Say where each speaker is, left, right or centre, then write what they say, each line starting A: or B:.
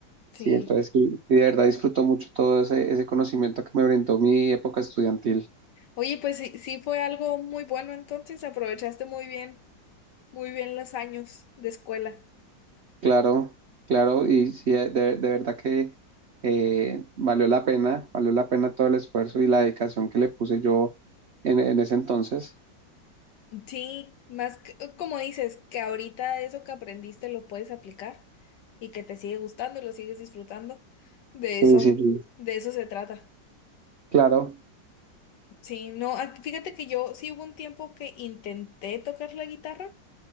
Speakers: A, on the left; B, on the right.
A: Sí.
B: Sí, entonces sí, sí, de verdad disfruto mucho todo ese, ese conocimiento que me brindó mi época estudiantil.
A: Oye, pues sí, sí fue algo muy bueno, entonces aprovechaste muy bien, muy bien los años de escuela.
B: Claro, claro, y sí, de, de verdad que eh, valió la pena, valió la pena todo el esfuerzo y la dedicación que le puse yo en, en ese entonces.
A: Sí, más que- eh, como dices, que ahorita eso que aprendiste lo puedes aplicar y que te sigue gustando y lo sigues disfrutando. De eso,
B: Sí, sí, sí.
A: de eso se trata.
B: Claro,
A: Sí, no, ah, fíjate que yo sí hubo un tiempo que intenté tocar la guitarra,